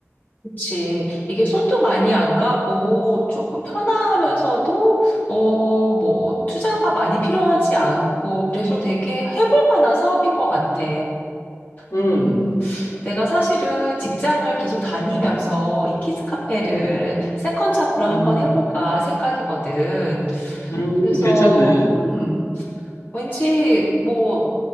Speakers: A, on the left; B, on the left.
A: 그치. 이게 손도 많이 안 가고 조금 편하면서도, 어, 뭐, 투자가 많이 필요하지 않고, 그래서 되게 해볼 만한 사업인 것 같아.
B: 음,
A: 음, 내가 사실은 직장을 계속 다니면서 이 키즈 카페를
B: 음,
A: 세컨 잡으로 한번
B: 음,
A: 해볼까 생각이거든.
B: 음,
A: 그래서,
B: 괜찮네.
A: 음, 왠지 뭐,